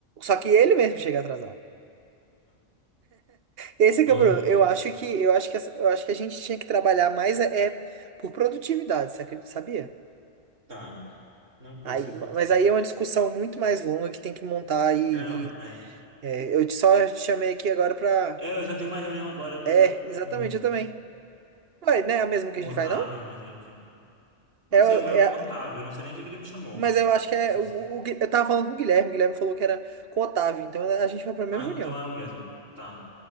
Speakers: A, on the right (about 55°); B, on the right (about 80°).
A: Só que ele mesmo chega atrasado. Esse é que
B: Ai,
A: é o problema.
B: meu
A: Eu
B: Deus.
A: acho que eu acho que essa- eu acho que a gente tinha que trabalhar mais é, é por produtividade, você acredita- sabia?
B: Tá. Não, pode
A: Aí,
B: ser, pode
A: mas
B: ser.
A: aí é uma discussão muito mais longa que tem que montar e,
B: Eu não, é.
A: e, é, eu te- só te chamei aqui agora pra.
B: É, Eu já tenho uma reunião agora do,
A: É, exatamente,
B: com,
A: eu também. Ué, não é a mesma
B: com
A: que a gente
B: o Otávio,
A: vai, não?
B: mas aí, enfim. Não
A: É,
B: sei,
A: a-
B: o meu é
A: é,
B: com
A: a-
B: o Otávio, eu não sei nem o que que ele me chamou.
A: mas eu acho que é.
B: Eu só
A: O,
B: sei.
A: o- o Gui- eu tava falando com o Guilherme, o Guilherme falou que era com o Otávio, então a gente vai pra mesma
B: Ah,
A: reunião.
B: então é o mesmo. Tá.